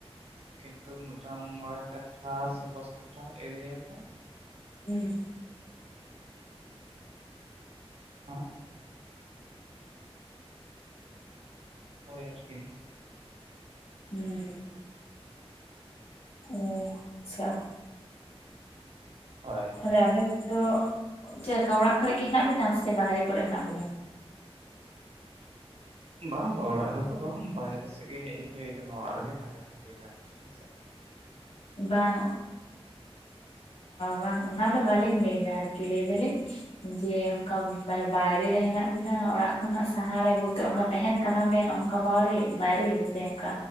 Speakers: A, on the right (about 70°); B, on the left (about 75°).
A: ᱠᱤᱱᱛᱩ ᱢᱮᱫᱴᱟᱝ ᱢᱚᱬᱮ ᱠᱟᱴᱷᱟ ᱥᱮ ᱫᱚᱥ ᱠᱟᱴᱷᱟ ᱮᱨᱤᱭᱟ ᱨᱮ,
B: ᱦᱩᱸ,
A: ᱦᱮᱸ ᱦᱳᱭ ᱟᱨᱠᱤ,
B: ᱦᱩᱸ, ᱚᱻ ᱟᱪᱪᱷᱟ,
A: ᱦᱳᱭ,
B: ᱛᱟᱦᱚᱞᱮ ᱟᱵᱮᱱ ᱫᱚ, ᱪᱮᱫᱠᱟ ᱚᱲᱟᱜ ᱠᱚᱨᱮ ᱜᱮ ᱦᱮᱱᱟᱜ ᱵᱤᱱᱟ ᱥᱮ ᱵᱟᱦᱮᱨᱮ ᱠᱚᱨᱮ ᱦᱮᱱᱟᱜ ᱵᱤᱱᱟ?
A: ᱵᱟᱝ ᱵᱟᱝ ᱚᱲᱟᱜ ᱨᱮᱛᱚ ᱵᱟᱝ ᱵᱟᱦᱮᱨᱮ ᱥᱮᱫ ᱜᱮ ᱦᱮᱡ ᱦᱳᱭ ᱠᱟᱱᱟ ᱚᱲᱟᱜ ᱨᱮᱜᱮ ᱛᱟᱦᱮᱸ ᱫᱚ ᱾ <inaudible> ᱦᱮᱸ ᱥᱮ‌
B: ᱵᱟᱝ ᱵᱟᱝ ᱚ ᱚᱱᱟ ᱫᱚ ᱵᱟᱞᱤᱧ ᱞᱟᱹᱭ ᱮᱫᱟ ᱟᱨᱠᱤ ᱞᱟᱹᱭ ᱫᱟᱞᱤᱧ, ᱡᱮ ᱚᱱᱠᱟ ᱢᱟᱱᱮ ᱵᱟᱭᱨᱮ ᱨᱮ ᱦᱮᱱᱟᱜ ᱵᱤᱱᱟ ᱚᱲᱟᱜ ᱠᱷᱚᱱᱟᱜ ᱥᱟᱦᱟᱨ ᱨᱮ ᱵᱚᱞᱛᱮ ᱚᱱᱠᱟ ᱛᱟᱦᱮᱱ ᱠᱟᱱᱟ ᱵᱮᱱ ᱚᱝᱠᱟ ᱵᱟᱣᱨᱮ ᱵᱟᱭᱨᱮ ᱥᱮ ᱚᱱᱠᱟ?